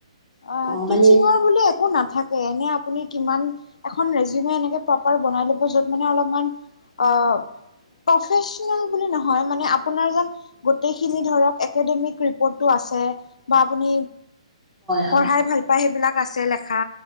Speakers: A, on the left (about 90°); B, in the centre.
A: আ
B: অ
A: টিছিঙৰ
B: মানে
A: বুলি একো নাথা কে এনে আপুনি কিমান এখন ৰেজিউমি এনে
B: হয়
A: প্ৰপাৰ বনাই ল'ব যত মানে অলপমান অ প্ৰফেচনেল বুলি নহয়, মানে আপোনাৰ যেন গোটেইখিনি ধৰক একাডেমিক ৰিপৰ্টটো আছে। বা আপুনি
B: হয়
A: পঢ়াই ভাল পায় সেইবিলাক আছে লেখা।